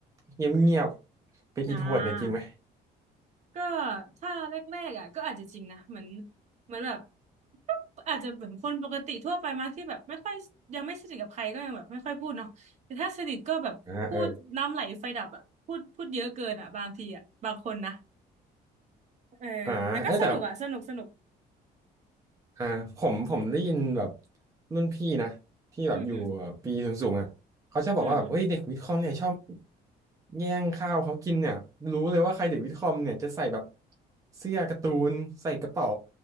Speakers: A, on the right; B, on the right.
A: เงียบเงียบเป็นอินโทรเวิร์ตเนี่ยจริงไหม
B: อ่า ก็ถ้าแรกๆอ่ะก็อาจจะจริงนะเหมือนเหมือนแบบก็อาจจะเหมือนคนปกติทั่วไปมั้งที่แบบไม่ค่อยยังไม่สนิทกับใครก็ยังแบบไม่ค่อยพูดเนาะแต่ถ้าสนิทก็แบบพูดน้ำไหลไฟดับอ่ะพูดพูดเยอะเกินอ่ะบางทีอ่ะบางคนนะ
A: อ่าเออ
B: เออแต่ก็สนุกอ่ะสนุกสนุก
A: อ่าเอ้ยแต่ อ่าผมผมได้ยินแบบรุ่นพี่นะที่แบบอยู่ปีสูงๆอ่ะเขาชอบบอกว่าแบบเฮ้ยเด็กวิทย์คอมเนี่ยชอบ
B: อืมอืมอืมอืม
A: แย่งข้าวเขากินเนี่ยรู้เลยว่าใครเด็กวิทย์คอมเนี่ยจะใส่แบบเสื้อการ์ตูนใส่กระเป๋า